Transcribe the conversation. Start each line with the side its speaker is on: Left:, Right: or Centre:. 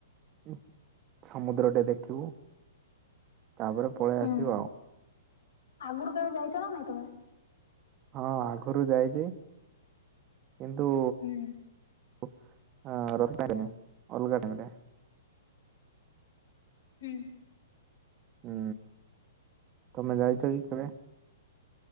Right: ଉଁ ସମୁଦ୍ରଟେ ଦେଖିବୁ। ତାପରେ ପଳେଇ ଆସିବ
Left: ହୁଁ
Right: ଆଉ।
Left: ଆଗରୁ କେବେ ଯାଇଛ ନା ନାଇ ତମେ?
Right: ହଁ ଆଗରୁ ଯାଇଛି କିନ୍ତୁ
Left: ହୁଁ
Right: ଓ‌ ଆଁ ରବିବାରେ ନୁହେଁ ଅଲଗା ଟାଇମ୍ ରେ
Left: ହୁଁ।
Right: ହୁଁ ତମେ ଯାଇଛ କି କେବେ?